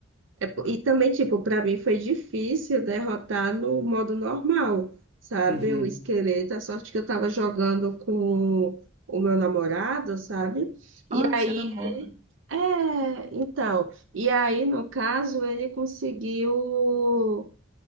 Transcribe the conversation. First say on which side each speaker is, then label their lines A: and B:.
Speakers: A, on the right (about 75°); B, on the right (about 35°).
A: É, po- e também, tipo, para mim foi difícil derrotar no modo normal, sabe?
B: Uhum.
A: O esqueleto, a sorte que eu tava jogando com o meu namorado, sabe? E
B: Ah, você
A: aí
B: namora.
A: ele. É, então. E aí, no caso, ele conseguiu